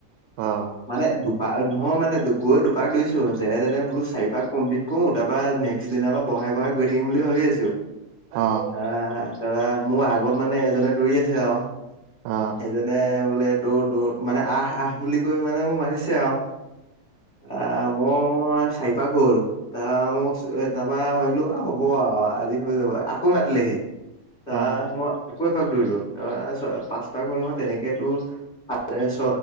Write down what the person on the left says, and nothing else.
মানে দু পা নহয় মানে গৈ দুপাক দৈছো যেনে যেনে বোলো চাৰি পাক কমপ্লিট কও তাৰ পা নেক্সট দিনাৰ পৰা ব <unintelligible> বাই বহাই গৈ থাকিম বুলি ভাবি আছো
আহ তাৰপৰা মোৰ আগত মানে এজনে দৌৰি আছে আৰু
সেইজনে বোলে দৌৰ দৌৰ মানে আহ আহ বুলি কৈ মানে মোক মানিছে আৰু- <unintelligible> অ মোৰ চাৰি পাক হ'ল ত মোক তাৰ পৰা ভাবিলো হ'ব আৰু আজি হৈ যাব আকৌ মাতিল পালেহি তাই
মই আকৌ এপাক দৌৰিলো তাপা পাঁচ পাক হল নহয় তেনেক তো সাত ছ